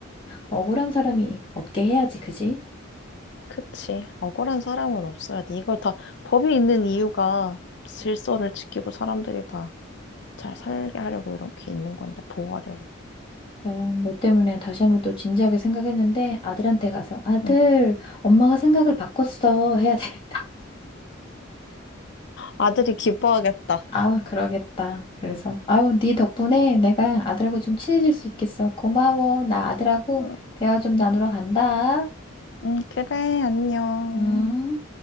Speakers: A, on the left; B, on the left.
A: 억울한 사람이 없게 해야지 그지?
B: 그치. 억울한 사람은 없어야 돼. 이걸 다 법이 있는 이유가 질서를 지키고 사람들이 다 잘 살게 하려고 이렇게 있는 건데, 보호하려고.
A: 네, 너 때문에 다시 한번 또 진지하게 생각했는데 아들한테 가서 아들,
B: 응.
A: 엄마가 생각을 바꿨어 해야 되겠다. <laughs>
B: 아들이 기뻐하겠다.
A: 아 그러겠다. 그래서 아우, 네 덕분에 내가 아들하고 좀 친해질 수 있겠어. 고마워. 나 아들하고
B: 응,
A: 대화 좀 나누러 간다.
B: 응, 그래, 안녕.
A: 음.